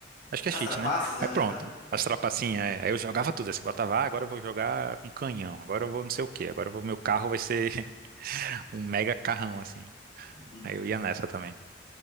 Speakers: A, on the right; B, on the left.
A: Acho que
B: As
A: é cheat,
B: trapaças,
A: né?
B: né?
A: Aí pronto.
B: Aham.
A: As trapacinhas, é. Aí eu jogava tudo. Aí você botava, ah, agora eu vou jogar com canhão, agora eu vou não sei o quê, agora eu vou, meu carro vai ser <laughs> um mega carrão, assim.
B: Uhum.
A: Aí eu ia nessa também.